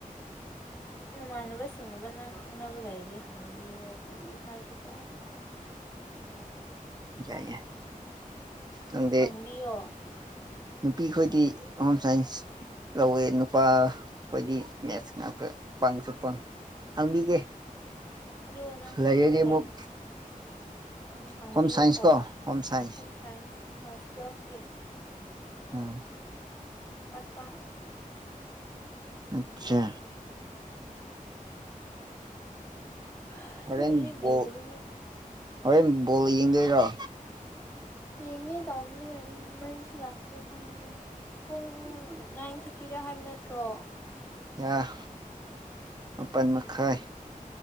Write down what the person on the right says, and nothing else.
ꯌꯥꯏ ꯌꯥꯏ ꯅꯪꯗꯤ
ꯅꯨꯄꯤ ꯈꯣꯏꯗꯤ ꯍꯣꯝ ꯁꯥꯏꯟꯁ ꯂꯧꯋꯦ ꯅꯨꯄꯥ ꯈꯈꯣꯏꯗꯤ ꯃꯦꯠꯁ ꯉꯥꯛꯇ ꯄꯪꯁꯨ ꯄꯪꯉ ꯍꯪꯕꯤꯒꯦ
ꯂꯩꯔꯗꯤ ꯑꯃꯨꯛ
ꯍꯣꯝ ꯁꯥꯏꯟꯁ ꯀꯣ home science
ꯑꯝ
ꯑꯆꯥ
ꯍꯣꯔꯦꯟ
ꯕꯣꯜ
ꯍꯣꯔꯦꯟ ꯕꯣꯜ ꯌꯦꯡꯗꯣꯏꯔꯣ
ꯌꯥ ꯃꯥꯄꯟ ꯃꯈꯥꯏ